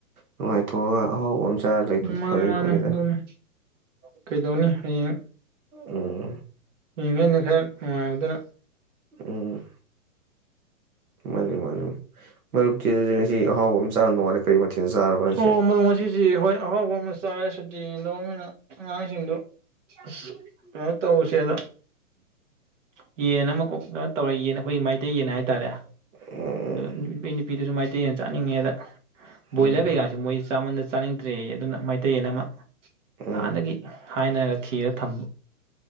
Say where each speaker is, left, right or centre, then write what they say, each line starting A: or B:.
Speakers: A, on the right; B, on the right.
A: ꯅꯨꯡꯉꯥꯏꯊꯣꯛꯑꯒ ꯑꯍꯥꯎꯕ ꯑꯃ ꯆꯥꯔ ꯂꯩꯗꯨꯗꯤ
B: ꯎꯝ ꯃꯥꯅꯦ
A: ꯐꯔꯤ
B: ꯃꯥꯅꯦ
A: ꯄꯣꯠꯅꯤꯗ
B: ꯑꯗꯨꯅꯦ <inaudible> <unintelligible> ꯀꯩꯗꯧꯅꯤ ꯍꯌꯦꯡ
A: ꯎꯝ
B: ꯍꯌꯦꯡ ꯅꯪꯅ ꯈꯔ ꯅꯨꯡꯉꯥꯏꯕꯗꯨꯅ
A: ꯎꯝ ꯃꯥꯅꯤ ꯃꯥꯅꯤ ꯃꯔꯨꯞꯇꯤ ꯑꯗꯨꯗꯤ ꯉꯁꯤ ꯑꯍꯥꯎꯕ ꯑꯃ ꯆꯥꯔꯝꯗꯧ ꯃꯥꯜꯂꯦ ꯀꯔꯤ ꯃꯊꯦꯜ ꯆꯥꯔꯕ ꯍꯥꯏꯁꯦ
B: ꯑꯣ ꯃꯔꯨꯞ ꯉꯁꯤꯁꯤ ꯍꯣꯏ ꯑꯍꯥꯎꯕ ꯑꯃ ꯆꯥꯥꯔꯦ ꯁꯨꯇꯤ ꯂꯧꯔꯥꯃꯤꯅ ꯑꯉꯥꯡ ꯁꯤꯡꯗꯨ ꯑꯁ ꯀꯩꯅꯣ ꯇꯧꯔꯁꯦ ꯑꯗ ꯌꯦꯟ ꯑꯃ ꯀꯣꯛ ꯇꯧꯔ ꯌꯦꯟ ꯑꯩꯈꯣꯏꯒꯤ ꯃꯩꯇꯩ ꯌꯦꯟ ꯍꯥꯏꯇꯥꯔꯦ
A: ꯎꯝ
B: ꯗ ꯑꯩ ꯅꯨꯄꯤꯗꯁꯨꯃꯥꯏ ꯇꯦꯟ ꯆꯥꯅꯤꯡꯉꯦꯗ ꯕꯣꯏꯂ꯭ꯔ
A: ꯎꯝ
B: ꯀꯩꯀꯁꯦ ꯃꯣꯏ ꯆꯥꯃꯟ ꯆꯥꯅꯤꯡꯗ꯭ꯔꯦ ꯑꯗꯨꯅ ꯃꯩꯇꯩ ꯌꯦꯟ ꯑꯃ
A: ꯎꯝ
B: ꯅꯍꯥꯟꯗꯒꯤ ꯍꯥꯏꯅꯔ ꯊꯤꯔ ꯊꯝ